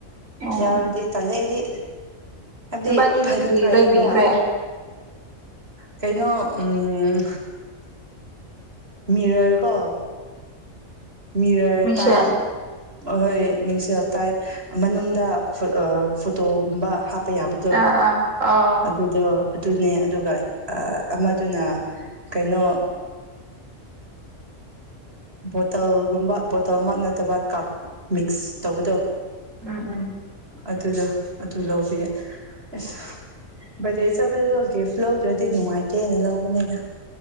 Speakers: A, on the right; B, on the right.
A: ꯎꯝ
B: ꯌꯥꯎꯔꯗꯤ ꯇꯜꯂꯦ ꯑꯩꯗꯤ ꯍꯥꯏꯕꯗꯤ
A: ꯅꯕꯥꯅꯤꯗꯤ
B: ꯐꯗꯤ
A: ꯀꯔꯤ
B: ꯐꯩꯌꯦꯕ
A: ꯂꯩꯕꯤꯈ꯭ꯔꯦ
B: ꯀꯩꯅꯣ ꯎꯝ ꯃꯤꯔꯔ ꯀꯣ ꯃꯤꯔꯔ
A: ꯃꯤꯡꯁꯦꯟ
B: ꯇꯥꯏꯞ ꯑꯍꯣꯏ ꯃꯤꯡꯁꯦꯜ ꯇꯥꯏꯞ ꯃꯅꯨꯡꯗ ꯐꯣꯇꯣꯒꯨꯝꯕ ꯍꯥꯞ ꯍꯥꯞꯄ ꯌꯥꯕꯗꯣ
A: ꯑꯥ ꯑꯥ ꯑꯥꯎ
B: ꯑꯗꯨꯗꯣ ꯑꯗꯨꯅꯦ ꯑꯗꯨꯒ ꯑꯃꯗꯨꯅ ꯀꯩꯅꯣ ꯕꯣꯇꯜꯒꯨꯝꯕ ꯕꯣꯇꯜꯃꯛ ꯅꯠꯇꯕ ꯀꯞ ꯃꯤꯛꯁ ꯇꯧꯕꯗꯣ
A: ꯎꯝ ꯎꯝ
B: ꯑꯗꯨꯗꯣ ꯑꯗꯨ ꯂꯧꯕꯤꯌꯦ ꯑꯁ ꯕꯔꯗꯦ ꯆ ꯒꯤꯐ ꯂꯧꯗ꯭ꯔꯗꯤ ꯅꯨꯡꯉꯥꯏꯇꯦꯅ ꯂꯧꯕꯅꯦꯗ